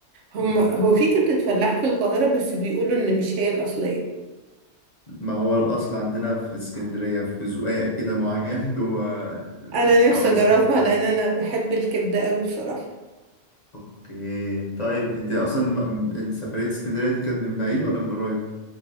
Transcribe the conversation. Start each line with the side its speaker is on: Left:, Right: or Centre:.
Right: هم
Left: مم.
Right: هو
Left: ده.
Right: في كبدة فلاح في القاهرة بس بيقولوا إن مش هي الأصلية
Left: ما هو الأصل عندنا في اسكندرية في زقاق كده معين <laughs> جوه
Right: انا
Left: في حواري
Right: نفسي اجربها
Left: اسكندرية
Right: لان انا بحب الكبده قوي بصراحه
Left: أوكي طيب أنت أصلا م- أنت سفرية اسكندرية دي كانت من بعيد ولا من قريب؟